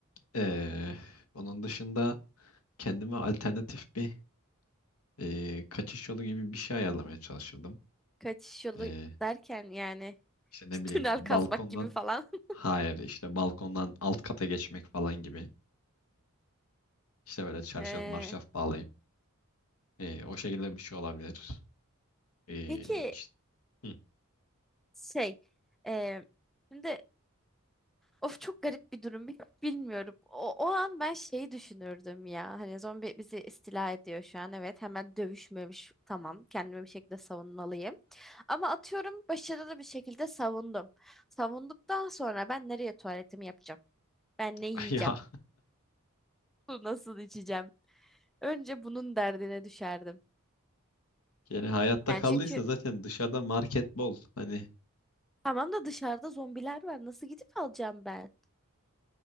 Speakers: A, on the left; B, in the centre.
A: E, onun dışında kendime alternatif bir e, kaçış yolu gibi bir şey ayarlamaya çalışırdım.
B: Kaçış yolu
A: E,
B: derken yani <laughs>
A: işte ne
B: işte
A: bileyim
B: tünel
A: balkondan
B: kazmak gibi falan. <laughs>
A: hayır işte balkondan alt kata geçmek falan gibi. İşte böyle çarşaf
B: Ee,
A: marşaf bağlayıp e, o şekilde bir şey olabilir. E,
B: peki
A: işte, hı.
B: şey, e, şimdi Of çok garip bir durum. <laughs> Bilmiyorum. O, o an ben şeyi düşünürdüm ya. Hani zombi bizi istila ediyor şu an. Evet hemen dövüşmemiş. Tamam. Kendimi bir şekilde savunmalıyım. Ama atıyorum başarılı bir şekilde savundum. Savunduktan sonra ben nereye tuvaletimi yapacağım? Ben ne yiyeceğim?
A: <laughs> Ya
B: <laughs> Su nasıl içeceğim? Önce bunun derdine düşerdim.
A: yani hayatta
B: Yani
A: kaldıysa
B: çünkü
A: zaten dışarıda market bol. Hani
B: tamam da dışarıda zombiler var. Nasıl gidip alacağım ben?